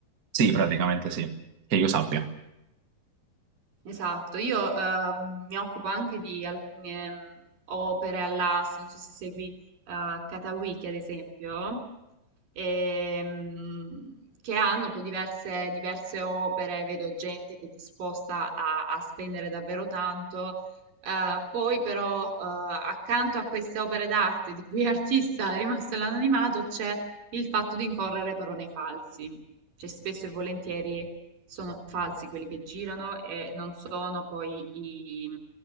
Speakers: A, on the right (about 45°); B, on the right (about 85°).
A: Sì, praticamente sì. Che io sappia.
B: Esatto, io ehm, mi occupo anche di alcune mh, opere all'asta, non so se segui eh, Katawiki ad esempio ehm, che hanno poi diverse, diverse opere, vedo gente che è disposta a, a spendere davvero tanto. Eh, poi però eh, accanto a queste opere d'arte di cui artista è rimasto l'anonimato c'è il fatto di incorrere però nei falsi, cioè spesso e volentieri sono falsi quelli che girano e non sono poi i-